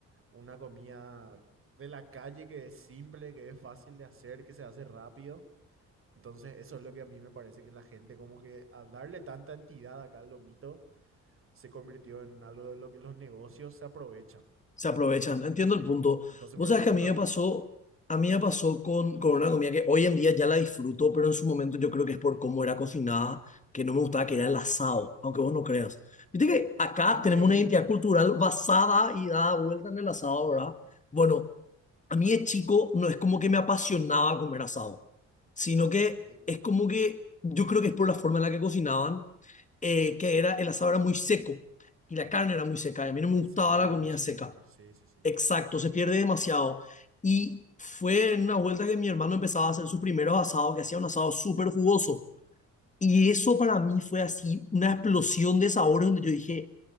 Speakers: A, on the right; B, on the left.
A: una comida de la calle que es simple, que es fácil de hacer, que se hace rápido. Entonces, eso es lo que a mí me parece que la gente, como que al darle tanta entidad acá al lomito, se convirtió en algo de lo que los negocios se aprovechan.
B: se aprovechan. Entiendo
A: Sí.
B: el punto.
A: Entonces,
B: Vos
A: por eso
B: sabés
A: no me
B: que a
A: gusta
B: mí me
A: tanto.
B: pasó, a mí me pasó con, con una comida que hoy en día ya la disfruto, pero en su momento yo creo que es por cómo era cocinada, que no me gustaba que era el asado, aunque vos no creas. Viste que acá
A: Increíble.
B: tenemos una identidad cultural basada y dada vuelta en el asado, ¿verdad? Bueno, a mí de chico no es como que me apasionaba comer asado, sino que
A: Ok,
B: es como que yo creo que es por la forma en la que cocinaban, eh, que era el asado era muy seco y
A: ok.
B: la carne era muy seca y a mí no me
A: Y
B: gustaba
A: se perdía
B: la comida
A: muchísimo.
B: seca.
A: y- Sí, sí, sí.
B: Exacto, se pierde demasiado. Y fue en una vuelta que mi hermano empezaba a hacer sus primeros asados, que hacía un asado súper jugoso. Y eso para mí fue así una explosión de sabores donde yo dije,